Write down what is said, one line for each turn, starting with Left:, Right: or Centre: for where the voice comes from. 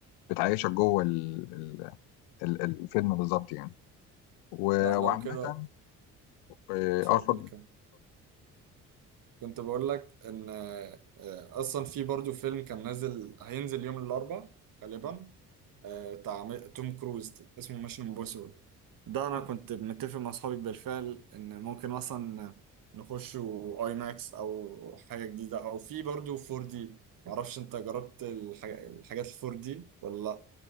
Left: بتعيشك جوه ال- ال- ال- الفيلم بالظبط يعني و-
Right: لا
Left: وعامة
Right: لو كده
Left: اه آه،
Right: اتفضل
Left: اتفضل
Right: كمل كنت بقول لك ان آه، اصلا في برضو فيلم كان نازل هينزل يوم الاربعاء غالبا آه، بتاع م- توم كروز اسمه ميشن امبوسيبل ده انا كنت متفق مع اصحابي بالفعل ان ممكن مثلا نخش اي ماكس او حاجه جديده او في برضو 4 دي معرفش انت جربت الح- الحاجات ال 4 دي ولا لا